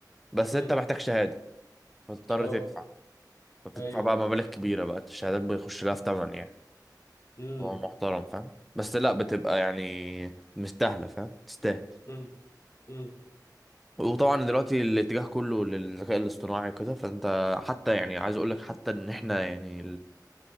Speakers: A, in the centre; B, on the left.
A: بس
B: امم
A: انت محتاج شهادة فتضطر
B: اه
A: تدفع فتدفع
B: ايوه
A: بقى مبالغ كبيرة بقى الشهادات بيخش لها في تمن يعني
B: امم
A: هو محترم فاهم بس لا بتبقى يعني مستاهلة فاهم تستاهل
B: امم امم
A: وطبعا دلوقتي الاتجاه كله للذكاء الاصطناعي وكده فانت حتى يعني عايز اقول لك حتى ان احنا يعني